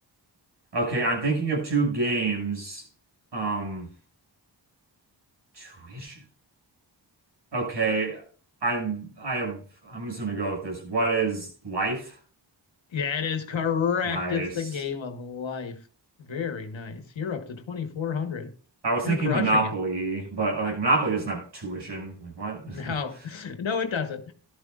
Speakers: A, on the right; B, on the left.
A: Okay, I'm thinking of two games. Um, tuition. Okay, I'm I have I'm just gonna go with this. What is life?
B: Yeah, it is correct.
A: Nice.
B: It's the game of life. Very nice. You're up to 2400.
A: I was
B: You're
A: thinking
B: crushing
A: Monopoly,
B: it.
A: but like Monopoly doesn't have tuition. Like what?
B: No,
A: <laughs>
B: <laughs> no, it doesn't.